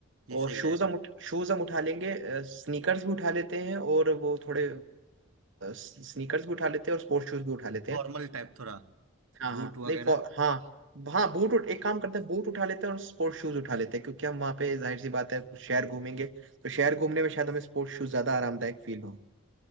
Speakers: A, on the right (about 80°); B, on the right (about 60°).
A: ये सही
B: और शूज
A: रहेगा
B: हम उठ, शूज हम उठा लेंगे स्नीकर्स भी उठा लेते हैं और वो थोड़े स्नीकर्स भी उठा लेते हैं और स्पोर्ट्स शूज भी उठा लेते
A: फॉर्मल
B: हैं
A: टाइप थोड़ा
B: हाँ हाँ
A: बूट
B: नहीं
A: वगैरह
B: फॉर हाँ हाँ बूट उठ एक काम करते हैं बूट उठा लेते हैं और स्पोर्ट्स शूज उठा लेते हैं क्योंकि हम वहाँ पे जाहिर सी बात है शहर घूमेंगे तो शहर घूमने में शायद हमें स्पोर्ट्स शूज ज्यादा आरामदायक फील हो